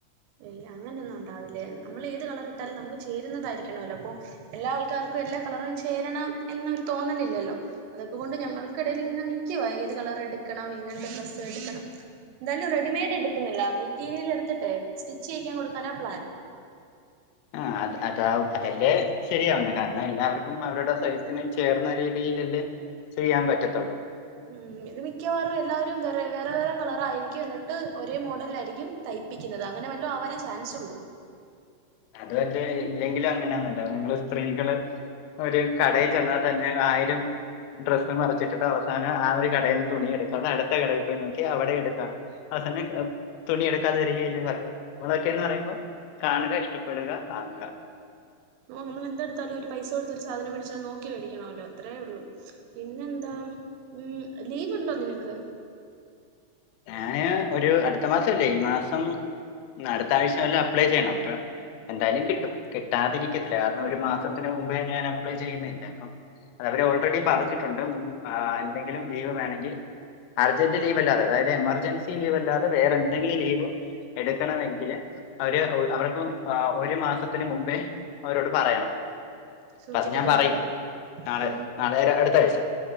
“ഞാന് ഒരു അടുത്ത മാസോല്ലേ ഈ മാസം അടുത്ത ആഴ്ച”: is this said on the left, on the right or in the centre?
Left